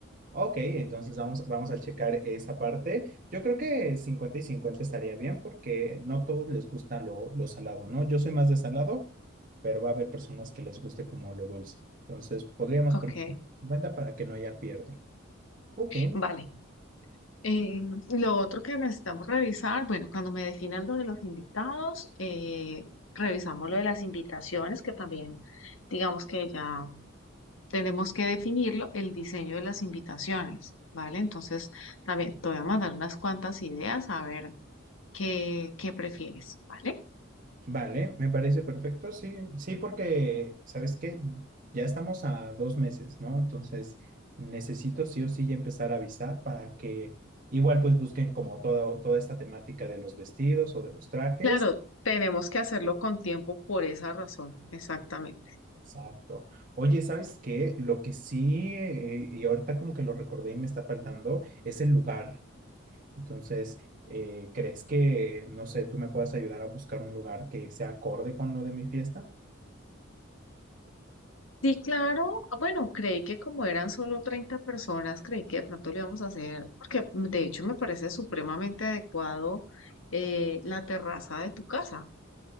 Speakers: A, on the right; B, on the left.
A: Ok, entonces vamos, vamos a checar esa parte. Yo creo que 50 y 50 estaría bien porque no todos les gusta lo, lo salado, ¿no? Yo soy más de salado, pero va a haber personas que les guste como lo dulce. Entonces podríamos
B: Ok,
A: poner 50 para que no haya pierde. Ok,
B: vale. Eh, lo otro que necesitamos revisar, bueno, cuando me definan lo de los invitados, eh, revisamos lo de las invitaciones, que también digamos que ya tenemos que definirlo, el diseño de las invitaciones, ¿vale? Entonces, también te voy a mandar unas cuantas ideas a ver qué, qué prefieres, ¿vale?
A: vale, me parece perfecto. Sí, sí, porque, ¿sabes qué? Ya estamos a dos meses, ¿no? Entonces necesito sí o sí ya empezar a avisar para que igual pues busquen como toda, toda esta temática de los vestidos o de los trajes
B: Claro, tenemos que hacerlo con tiempo por esa razón, exactamente.
A: Exacto. Oye, ¿sabes qué? Lo que sí, eh, y ahorita como que lo recordé y me está faltando, es el lugar. Entonces, eh, ¿crees que, no sé, tú me puedas ayudar a buscar un lugar que sea acorde con lo de mi fiesta?
B: Sí, claro, ah, bueno, creí que como eran solo 30 personas, creí que de pronto lo íbamos a hacer, porque de hecho me parece supremamente adecuado eh, la terraza de tu casa.